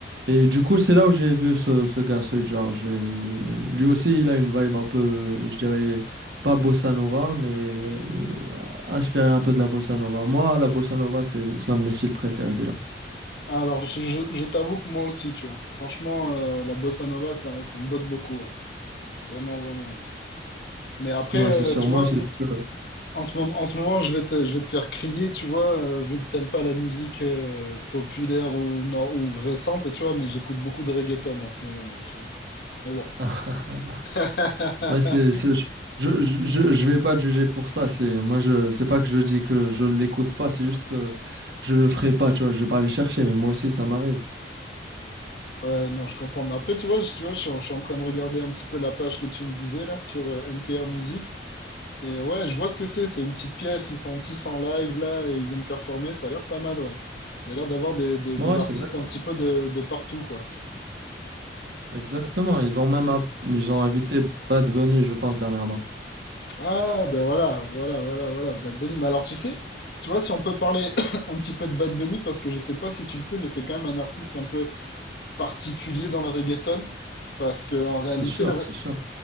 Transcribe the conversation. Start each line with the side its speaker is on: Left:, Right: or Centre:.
Right: Et du coup, c'est là où j'ai vu ce, ce gars, ce George. Et lui aussi, il a une vibe un peu, je dirais, pas bossa nova, mais euh, inspiré un peu de la bossa nova. Moi, la bossa nova, c'est c'est l'un de mes styles préférés déjà.
Left: Ah, Alors, je, je- je t'avoue que moi aussi, tu vois. Franchement, euh, la bossa nova, ça, ça me botte beaucoup, ouais. Vraiment, vraiment. ouais. Mais après,
Right: Ouais,
Left: euh,
Right: c'est sûr.
Left: tu
Right: Moi,
Left: vois,
Right: c'est
Left: moi,
Right: parce
Left: en ce moment, en ce moment, je vais te, je vais te faire crier, tu vois, euh, vu que t'aimes pas la musique euh, populaire ou, nor- ou récente, tu vois, mais j'écoute beaucoup de reggaeton en ce moment, moi, tu vois. Mais bon.
Right: que... <laughs>
Left: <laughs>
Right: Ouais, c'est, c'est- je, je, je, je vais pas te juger pour ça. C'est, moi, je, c'est pas que je dis que je l'écoute pas, c'est juste que je le ferai pas, tu vois. Je vais pas aller chercher, mais moi aussi, ça m'arrive.
Left: Ouais, non, je comprends. Mais après, tu vois, je, tu vois, je suis, en je suis en train de regarder un petit peu la page que tu me disais là sur euh, NPR Music. Et ouais, je vois ce que c'est. C'est une petite pièce. Ils sont tous en live là et ils viennent performer. Ça a l'air pas mal, ouais. Il y a l'air d'avoir des, des,
Right: Ouais,
Left: des artistes
Right: c'est exactement
Left: un petit
Right: ça.
Left: peu de, de partout, quoi.
Right: Exactement. Ils ont même, app- ils ont invité Bad Bunny, je pense, dernièrement.
Left: Ah, ben voilà, voilà, voilà, voilà. Bad Bunny. Mais alors, tu sais, tu vois, si on peut parler <coughs> un petit peu de Bad Bunny, parce que je sais pas si tu le sais, mais c'est quand même un artiste un peu particulier dans le reggaeton. Parce que en
Right: C'est
Left: réalité,
Right: sûr,
Left: le,
Right: c'est sûr.